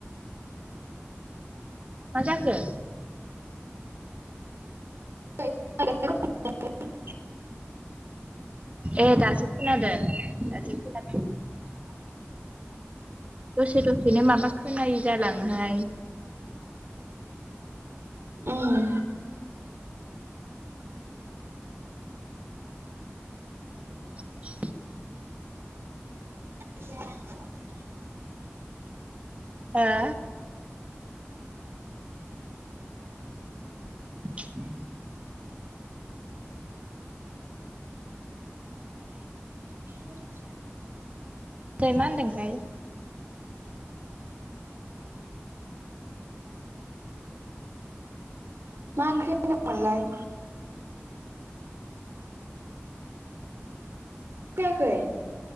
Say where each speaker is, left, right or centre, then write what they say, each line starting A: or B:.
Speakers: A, on the right; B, on the right.
A: मा जाखौ
B: <unintelligible>
A: ए दासो खोनादों दासो खोना दसे दसेनो माबा खोनायो जालांहाय
B: ओम
A: <inaudible>
B: <unintelligible>
A: हा <inaudible>
B: <inaudible>
A: मा होनदोंथाय
B: मा ओंख्रि मोन्दोंमोनलाय? फैयाखै